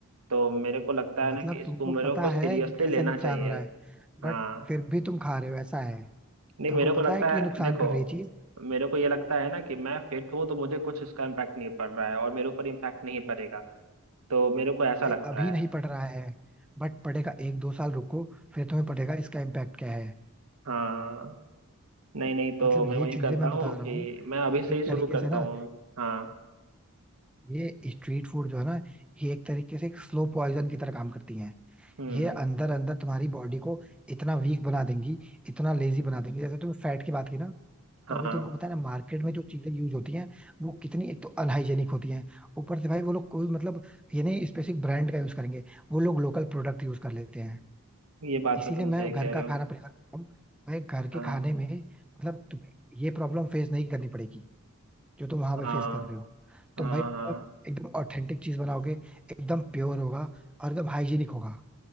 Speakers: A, on the right; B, in the centre.
A: तो मेरे को लगता है ना
B: मतलब
A: कि इसको
B: तुमको
A: मेरे
B: पता
A: को सीरियसली
B: है कि कैसे
A: लेना
B: नुकसान
A: चाहिए
B: हो रहा है बट
A: हाँ
B: फिर भी तुम खा रहे हो ऐसा है
A: नहीं
B: तुमको
A: मेरे को
B: पता
A: लगता
B: है कि
A: है
B: ये नुकसान
A: देखो
B: कर रही चीज
A: मेरे को ये लगता है ना कि मैं फिट हूँ तो मुझे कुछ उसका इम्पैक्ट नहीं पड़ रहा है और मेरे ऊपर इम्पैक्ट नहीं पड़ेगा तो मेरे को ऐसा
B: भाई
A: लगता
B: अभी
A: है
B: नहीं पड़ रहा है बट पड़ेगा एक दो साल रुको फिर तुम्हें पड़ेगा इसका इम्पैक्ट क्या है
A: हाँ नहीं नहीं तो
B: मतलब
A: मैं
B: ये
A: वही
B: चीजें
A: करता
B: मैं
A: हूँ
B: बता रहा
A: कि
B: हूँ
A: मैं अभी
B: कि
A: से
B: एक
A: ही शुरू
B: तरीके
A: करता
B: से ना
A: हूँ हाँ
B: ये स्ट्रीट फूड जो है ना ये एक तरीके से एक स्लो पॉइजन की तरह काम करती हैं
A: हम्म
B: ये अंदर अंदर तुम्हारी बॉडी को इतना वीक बना देंगी इतना लेजी बना देंगी जैसे तुमने फैट की बात की ना
A: हाँ
B: तो अभी तुमको पता है ना मार्केट में जो चीजें यूज होती हैं वो कितनी एक तो अनहाइजेनिक होती हैं ऊपर से भाई वो लोग कोई मतलब ये नहीं स्पेसिफिक ब्रांड का यूज करेंगे वो लोग लोकल प्रोडक्ट यूज कर लेते हैं
A: ये बात
B: इसीलिए
A: तो तुम
B: मैं
A: सही
B: घर
A: कह रहे
B: का खाना
A: हो
B: प्रेफर करता हूँ भाई घर के
A: हाँ
B: खाने में मतलब तुम्हें ये प्रॉब्लम फेस नहीं करनी पड़ेगी जो तुम वहां
A: हाँ
B: पे फेस कर रहे हो तुम
A: हाँ
B: भाई मतलब
A: हाँ
B: एकदम ऑथेंटिक चीज बनाओगे एकदम प्योर होगा और एकदम हाइजीनिक होगा